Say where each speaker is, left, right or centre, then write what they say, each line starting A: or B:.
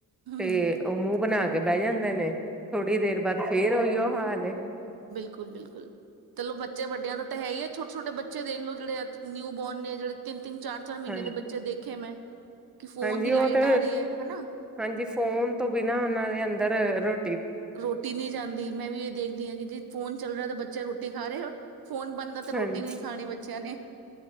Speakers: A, on the right; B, in the centre.
A: ਹਮ
B: ਤੇ ਉਹ ਮੂੰਹ ਬਣਾ ਕੇ ਬੈ ਜਾਂ ਦੇ ਨੇ ਥੋੜ੍ਹੀ ਦੇਰ ਬਾਅਦ ਫੇਰ ਉਈਓ ਹਾਲ ਏ
A: ਬਿਲਕੁੱਲ ਬਿਲਕੁੱਲ ਚਲੋ ਬੱਚੇ ਵੱਡਿਆਂ ਦਾ ਤਾਂ ਹੈ ਈ ਐ ਛੋਟੇ -ਛੋਟੇ ਬੱਚੇ ਦੇਖਲੋ ਜਿਹੜੇ ਅੱਜ ਨਿਊਬੋਰਨ ਨੇ ਜਿਹੜੇ ਤਿੰਨ ਤਿੰਨ ਚਾਰ ਚਾਰ ਮਹੀਨੇ
B: ਹਾਂ
A: ਦੇ ਬੱਚੇ ਦੇਖੇ ਮੈਂ ਕਿ ਫੋਨ
B: ਹਾਂਜੀ
A: ਦੀ ਲਾਈਟ
B: ਉਹ ਤੇ
A: ਆ ਰਹੀ ਹੈ ਹਨਾ
B: ਹਾਂਜੀ ਫੋਨ ਤੋਂ ਬਿਨਾਂ ਉਹਨਾਂ ਦੇ ਅੰਦਰ ਰੋ
A: ਰੋਟੀ ਨੀ ਜਾਂਦੀ ਮੈਂ ਵੀ ਇਹ ਦੇਖਦੀ ਹਾਂ ਕੀ ਜੇ ਫੋਨ ਚੱਲ ਰਿਹਾ ਤਾਂ ਬੱਚੇ ਰੋਟੀ ਖਾ ਰਿਹਾ ਫੋਨ ਬੰਦ ਆ ਤਾਂ
B: ਹਾਂਜੀ
A: ਰੋਟੀ ਵੀ ਨੀ ਖਾਣੀ ਬੱਚਿਆਂ ਨੇ